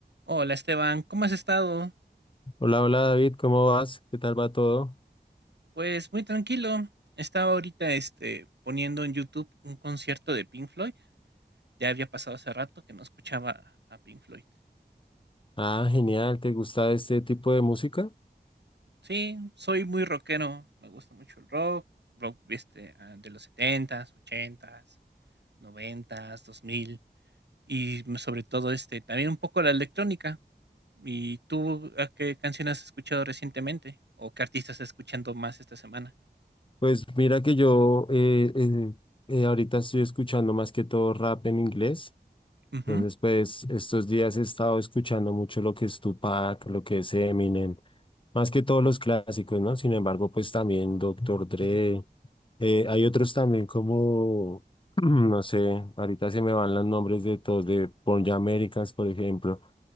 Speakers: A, on the right; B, on the left.
A: Hola Esteban, ¿cómo has estado?
B: Hola, hola David, ¿cómo vas? ¿Qué tal va todo?
A: Pues muy tranquilo. Estaba ahorita este, poniendo en YouTube un concierto de Pink Floyd. Ya había pasado hace rato que no escuchaba a Pink Floyd.
B: Ah, genial, ¿te gusta este tipo de música?
A: Sí, soy muy rockero. Me gusta mucho el rock, rock este, ah, de los setentas, ochentas, noventas, 2000 y m- sobre todo este, también un poco la electrónica. ¿Y tú a qué canciones has escuchado recientemente? ¿O qué artistas estás escuchando más esta semana?
B: Pues mira que yo eh, eh, eh, ahorita estoy escuchando más que todo rap en inglés,
A: Ujú,
B: entonces pues estos días he estado escuchando mucho lo que es Tupac, lo que es Eminem, más que todos los clásicos, ¿no? Sin embargo, pues también Doctor Dre,
A: ujú.
B: eh, hay otros también como, <clears throat> no sé, ahorita se me van los nombres de todos, de Born Americans, por ejemplo.